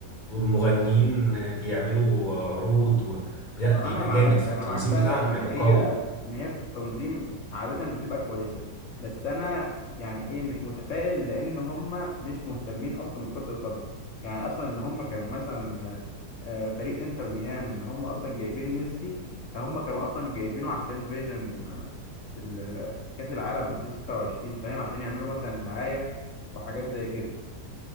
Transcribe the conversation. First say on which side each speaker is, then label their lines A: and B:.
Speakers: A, on the left; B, on the left.
A: والمغنيين بيعملوا عروض و... لا
B: ما
A: بيبقى
B: هو انا معاك
A: جامد فالتنظيم
B: انا معاك فعلا
A: بتاعهم
B: ان
A: هيبقى
B: هي
A: قوي
B: ان هي في التنظيم عادة بتبقى كويسة بس انا يعني ايه مش متفائل لان هم مش مهتمين اصلا بكرة القدم يعني اصلا ان هم كانوا مثلا آه، فريق انتر ميامي ان هم اصلا جايبين ميسي فهم كانوا اصلا جايبينه عشان فيجن آه، ال- كأس العالم 2026 فاهم عشان يعملوا مثلا دعاية وحاجات زي كده